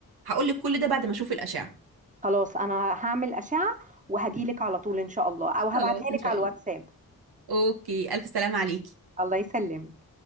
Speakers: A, on the right; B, on the right.
A: هقول لك كل ده بعد ما أشوف الأشعة
B: خلاص انا هعمل أشعة وهجيلك على طول ان شاء الله او هبعتها
A: خلاص إن
B: لك
A: شاء
B: على الواتساب
A: الله أوكي ألف سلامة عليكي
B: الله يسلمك